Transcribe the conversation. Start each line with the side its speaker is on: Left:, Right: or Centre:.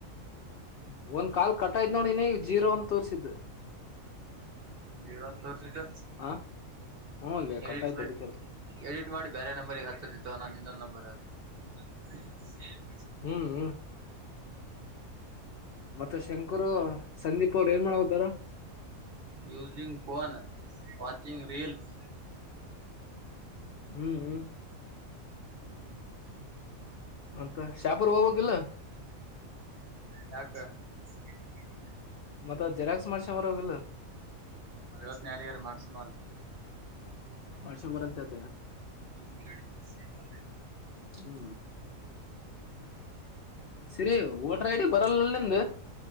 Left: ಹೂ ಒಂದ್ ಕಾಲ್ ಕಟಾಯ್ ನೋಡಿ ನೀ ಜೀರೋ ಅಂತ ತೋರ್ರಿಸಿತ್ತು
Right: ಜೀರೋ ತೋರಿಸಿದೆ
Left: ಹ ಹ್ಮ್ ಲೇ
Right: ಎಡಿಟ್
Left: ಕಟ್ ಆಯ್ತು
Right: ಮಾಡಿ
Left: ಅದಕ್ಕೆಲ್ಲ
Right: ಎಡಿಟ್ ಮಾಡಿ ಬೇರೆ ನಂಬರ್ಗೆ ಹತ್ತಂದಿತ್ತುವ ನೊಂದು ಇನ್ನೊ್ ನಂಬರ್ ಅದು ಎಲ್ಲೋ ಸೇಮ್
Left: ಹೂ ಹೂ ಮತ್ತೆ ಶಂಕ್ರು ಸಂದೀಪ್ ಅವ್ರು ಏನ್ ಮಾಡ್ಕುಂತರಾ
Right: ಯೂಸಿಂಗ್ ಫೋನ್ ವಾಚಿಂಗ್ ರೀಲ್ಸ್
Left: ಹ್ಮ್ ಹ್ಮ್
Right: ಹೂ
Left: ಮತ್ತ ಶಾಪುರ್ ಹೋಗೋಗಿಲ್ಲ
Right: ಯಾಕ ಗಿಡ್ಡಿ ಗಿಡ್ಡಿ
Left: ಮತ್ತ ಜೆರಾಕ್ಸ್ ಮಾಡ್ಸ್ಕೊಂಡ್ ಬರಬೇಕಿಲ್ಲ
Right: ಅವತ್ ಯಾರಗಾರ ಮಾಡ್ಸುಮಾರ
Left: ಮಾಡ್ಸ್ಕೆಂಡೂ ಬಾ ಅಂತ ಹೇಳ್ತೀಯ
Right: ಹ್ಮಂಗಾಡಿ ಕೂಡ ಸೇಮ್ ಆದ್ರೆ ಎಲ್ಲಾ
Left: ಹೂ ಸಿರಿ ವೋಟರ್ ಐ ಡಿ ಬರಲಲ್ಲ ನಿಮ್ದ